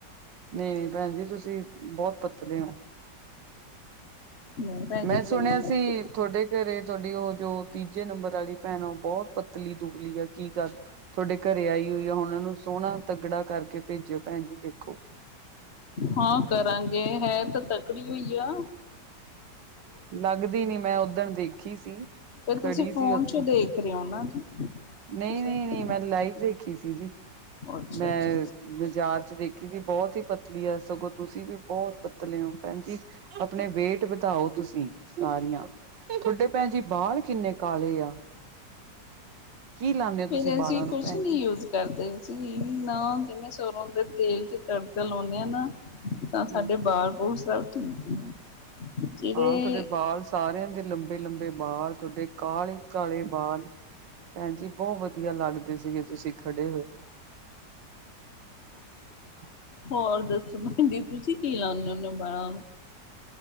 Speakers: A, on the right (about 80°); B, on the left (about 40°).
A: ਨਹੀਂ -ਨਹੀਂ, ਭੈਣ ਜੀ ਤੁਸੀਂ ਬਹੁਤ ਪਤਲੇ ਹੋ।
B: ਨਹੀਂ ਭੈਣ
A: ਮੈਂ
B: ਜੀ ਤੁਹਾਨੂੰ
A: ਸੁਣਿਆ
B: ਮੈਂ
A: ਸੀ ਤੁਹਾਡੇ ਘਰੇ ਤੁਹਾਡੀ ਉਹ ਜੋ ਤੀਜੇ ਨੰਬਰ ਵਾਲੀ ਭੈਣ ਆ, ਉਹ ਬਹੁਤ ਪਤਲੀ ਦੁਬਲੀ ਆ, ਕੀ ਗੱਲ? ਤੁਹਾਡੇ ਘਰੇ ਆਈ ਹੋਈ ਆ, ਹੁਣ ਨੂੰ ਸੋਹਣਾ ਤਗੜਾ ਕਰਕੇ ਭੇਜਿਓ ਭੈਣ ਜੀ ਦੇਖੋ।
B: ਹਾਂ ਕਰਾਂਗੇ ਹੈ, ਤਾਂ ਤਕੜੀ ਹੋਈ ਆ।
A: ਲੱਗਦੀ ਨੀ ਮੈਂ ਉੱਧਣ ਦੇਖੀ ਸੀ।
B: ਫਿਰ
A: ਖੜੀ
B: ਤੁਸੀਂ
A: ਸੀ
B: ਫੋਨ
A: ਉੱਥੇ
B: ਚੋ ਦੇਖ ਰਹੇ ਹੋ ਨਾ,
A: ਨਹੀਂ,
B: ਤੁਸੀਂ
A: ਨਹੀਂ, ਨਹੀਂ
B: ਅੱਛਾ
A: ਮੈਂ ਲਾਈਵ ਦੇਖੀ ਸੀ ਜੀ।
B: ਅੱਛਾ,
A: ਮੈਂ
B: ਅੱਛਾ,
A: ਬਾਜ਼ਾਰ ਚ ਦੇਖੀ ਸੀ, ਬਹੁਤ ਹੀ ਪਤਲੀ ਆ ਸਗੋਂ ਤੁਸੀਂ ਵੀ ਬਹੁਤ ਪਤਲੇ ਹੋ ਭੈਣ ਜੀ। ਆਪਣੇ ਵੇਟ ਵਧਾਓ, ਤੁਸੀਂ ਸਾਰੀਆਂ ਤੁਹਾਡੇ ਭੈਣ ਜੀ ਬਾਲ ਕਿੰਨੇ ਕਾਲੇ ਆ। ਕੀ ਲਾਦੇ ਹੋ
B: ਫਿਰ
A: ਤੁਸੀਂ
B: ਅਸੀਂ
A: ਬਾਲਾਂ ਨੂੰ
B: ਕੁਛ
A: ਭੈਣ
B: ਨੀ
A: ਜੀ,
B: ਯੂਜ ਕਰਦੇ ਸੀ, ਨਾ ਜਿਵੇਂ ਸਰੋਂ ਦੇ ਤੇਲ ਚ ਤੜਕਾ ਲਾਉਂਦੇ ਹਾਂ ਨਾ, ਤਾਂ ਸਾਡੇ
A: ਹਮ
B: ਬਾਲ- ਬੂਲ ਸਭ ਠੀਕ ਨੇ। ਜਿਹੜੇ
A: ਹਾਂ, ਤੁਹਾਡੇ ਬਾਲ ਸਾਰਿਆਂ ਦੇ ਲੰਬੇ ਲੰਬੇ -ਲੰਬੇ, ਬਾਲ ਤੁਹਾਡੇ ਕਾਲੇ -ਕਾਲੇ ਬਾਲ ਭੈਣ ਜੀ ਬਹੁਤ ਵਧੀਆ ਲੱਗਦੇ। ਸੀਗੇ, ਤੁਸੀਂ ਖੜੇ ਹੋਏ। <unintelligible>
B: ਹੋਰ ਦੱਸੋ, ਭੈਣ ਜੀ, ਤੁਸੀਂ ਕੀ ਲਾਉਦੇ ਹੁੰਦੇ ਹੋ, ਬਾਲਾਂ ਨੂੰ?